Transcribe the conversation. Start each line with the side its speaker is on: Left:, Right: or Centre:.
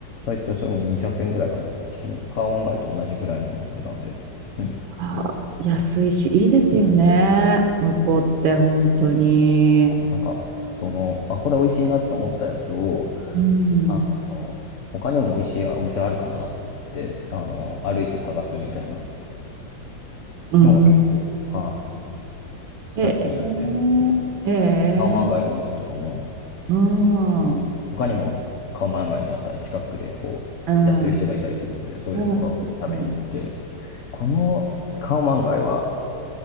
Left: だいたいそれも200円ぐらいかな。チキン、カーワンガイと同じぐらいの値段で。うん。
Right: あ、安いし、いいですよね。
Left: そうそうそ
Right: 向こうって本当に。
Left: う。なんか、その、あ、これ美味しいなと思ったやつを、
Right: うん。
Left: あの、他にも美味しいお店あるかなって言って、あの、歩いて探すみたいな
Right: うん。
Left: のが結構、はい、
Right: え、
Left: 最近やってる
Right: えええ
Left: カオマンガイのお店とかも、
Right: うん。
Left: あの、
Right: うん。
Left: 他にもカオマンガイの屋台近くでこう、
Right: うん。
Left: やってる人がいたりするので、そういうところ食べに行って、
Right: うん。
Left: このカオマンガイは、